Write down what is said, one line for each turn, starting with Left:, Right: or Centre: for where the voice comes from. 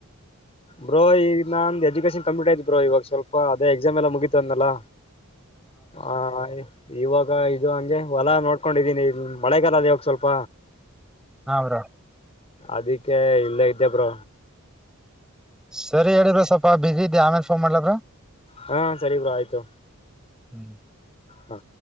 Left: ಬ್ರೋ ಈಗ ನಂದ ಎಜುಕೇಶನ್ ಕಂಪ್ಲೀಟ್ ಆಯ್ತ್ ಬ್ರೋ ಇವಾಗ ಸ್ವಲ್ಪ ಅದೇ ಎಕ್ಸಾಮ್ ಎಲ್ಲ ಮುಗಿತತ ಅಂದಲ್ಲಾ. ಹಾ ಇವಾಗ ಇದು ಹಂಗೆ ಹೊಲ ನೋಡ್ಕೊಂಡಿದೀನಿ ಮಳೆಗಾಲ ಅದ ಇವಾಗ ಸ್ವಲ್ಪ
Centre: ಹ ಬ್ರೋ
Left: ಅದಕ್ಕೆ ಇಲ್ಲ ಇದ್ದ ಬ್ರ
Centre: ಸರಿ ಹೇಳಿದ್ರ ಸ್ವಲ್ಪ ಬಿಸಿ ಇದಿ ಆಮೇಲ್ ಫೋನ್ ಮಾಡ್ಲಬ್ರ
Left: ಹಾ ಸರಿ ಬ್ರ ಆಯ್ತು
Centre: ಹ್ಮ್
Left: ಹ್ಮ